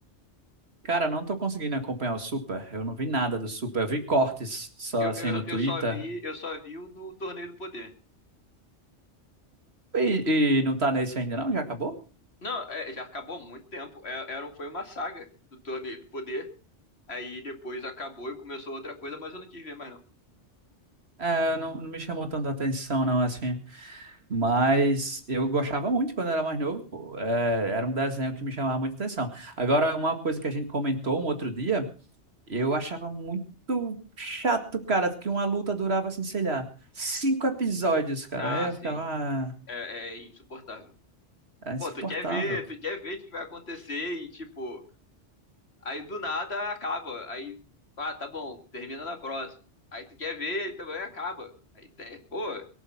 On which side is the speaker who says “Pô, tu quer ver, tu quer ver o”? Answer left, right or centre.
Left